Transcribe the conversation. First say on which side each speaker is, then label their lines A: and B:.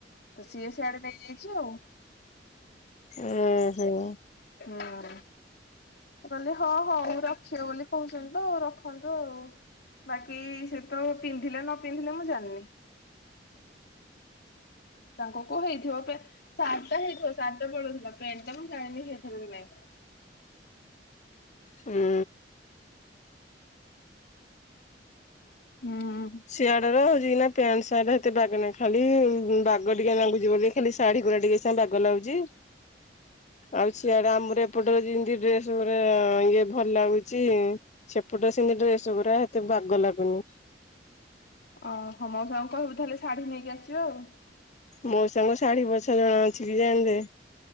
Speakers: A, on the left; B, on the left.
A: ତ ସିଏ ସିଆଡେ ନେଇ ଯାଇ ପଜ
B: ଓ ହୁଁ।
A: ହଁ ମୁ କହିଲି ହଁ ହଉ ରଖିବ ବୋଲି କହୁଛନ୍ତି ତ ଆଉ ରଖନ୍ତୁ ଆଉ ବାକି ସେ ତ ପିନ୍ଧିଲେ ନ ପିନ୍ଧିଲେ ମୁଁ ଜାଣିନି। ତାଙ୍କ କୋଉ ହେଇଥିବ ସାତଟା ହେଇଥିବ ସାତଟା ପଳଉଥିଲା ପ୍ୟାଣ୍ଟ ଟା ମୁଁ ଜାଣିନି ହେଇଥିବ କି ନାଇଁ।
B: ହୁଁ।
A: ହୁଁ।
B: ସିଆଡର ହଉଛି ନା ପ୍ୟାଣ୍ଟ ସାର୍ଟ ହେତେ ବାଗ ନାହିଁ ଖାଲି ବାଗ ଟିକି ନାଗୁଛି ବୋଲି। ଖାଲି ଶାଢୀ ଗୁଡା ଟିକେ ସାଙ୍ଗ ବାଗ ଲାଗୁଛି ଆଉ ସିଆଡେ ଆମର ଏପଟରେ ଯେମତି ଡ୍ରେସ ଗୁରା ଇଏ ଭଲ ଲାଗୁଛି ସେପଟ ସେମତି ଡ୍ରେସ ଗୁରା ଏତେ ବାଗ ଲାଗୁନି।
A: ଓହୋ ମଉସା କହିବୁ ତାହେଲେ ଶାଢୀ ନେଇକି ଆସିବ ଆଉ।
B: ମଉସା ଙ୍କୁ ଶାଢ଼ୀ ବଛା ଜଣା ଅଛି କି ଜାଣି ଦେବେ।